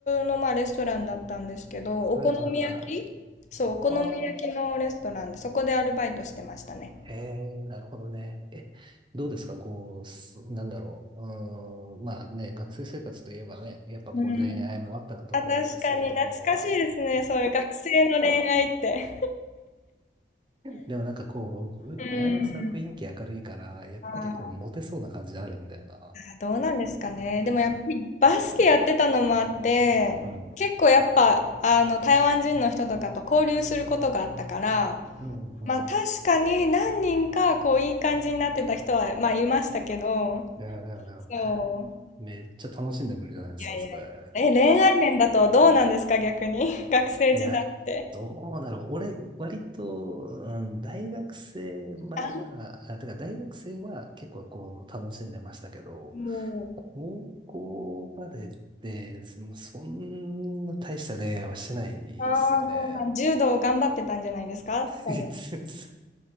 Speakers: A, on the left; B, on the right.
A: の、まあ、レストランだったんですけど、
B: はいはいはいはい。
A: お好み焼きそう、お好み焼きのレストランで、
B: ああ。
A: そこでアルバイトしてましたね。
B: へえ、なるほどね。え、どうですかこう、すなんだろう。うーん、まあね、学生生活といえばね、やっぱこう恋愛もあったかと思うんですけれども。
A: うん。あ、確かに懐かしいですね。そういう学生の恋愛って。
B: でもなんかこう、
A: うん。
B: 綾野さん雰囲気明るいから、やっぱりこう、
A: あ
B: モテそうな感じあるんだよな。
A: ー、どうなんですかね。でもやっぱりバスケやってたのもあって、
B: うん。うん
A: 結構やっぱ、あの、台湾人の人とかと交流することがあったから、
B: うんうんうん。
A: まあ確かに何人かこういい感じになってた人はまあいましたけど、
B: うん
A: そう。
B: めっちゃ楽しんでもいいじゃないですか、
A: いやいやいや。
B: それ。
A: え、恋愛面だとどうなんですか逆に。<laughs> 学生時代って。
B: いや、どうだろう。俺、割と、うん、大学生までは、
A: あ、
B: あ、てか大学生は結構こう、楽しんでましたけど、
A: もう。
B: 高校までって、そのそんな大した恋愛はしてないですよね。
A: ああ、そうなん。柔道を頑張ってたんじゃないですか多分。
B: 全然、
A: 確